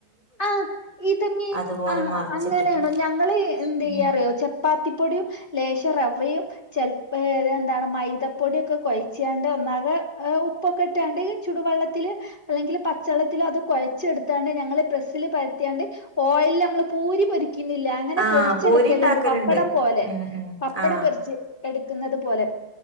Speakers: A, on the left (about 25°); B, on the right (about 15°).
A: അ ഇത് മീൻ
B: അതുപോലെ മറിച്ചിട്ടിട്ട്.
A: അങ്ങനെണോ ഞങ്ങള് എന്ത്
B: ഉം.
A: ചെയ്യാറിയോ ചപ്പാത്തി പൊടിയും ലേശം റവയും ചെല്പഴെന്താന്ന് മൈദപ്പൊടി ഒക്കെ കൊഴച്ചാണ്ട് ഒന്നാകെ ഉപ്പ് ഒക്കെ ഇട്ടാണ്ട് ചൂടുവെള്ളത്തിൽ അല്ലെങ്കിൽ പച്ചവെള്ളത്തിൽ അത് കൊഴച്ചെടുത്താണ്ട് ഞങ്ങൾ പ്രസ് <unintelligible> സിൽ പരത്യാണ്ട് ഓയിൽല് നമ്മൾ പൂരിപൊരി ക്കിന്നില്ലേ <unintelligible> അങ്ങനെ
B: ആ
A: പൊരിച്ചെടുക്കലുണ്ട്
B: പൂരി ഉണ്ടാക്കലുണ്ട്.
A: പപ്പടം പോലെ
B: ഉം ഉം
A: പപ്പടം
B: ആ
A: പൊരിച്ച് എടു എന്നത് പോലെ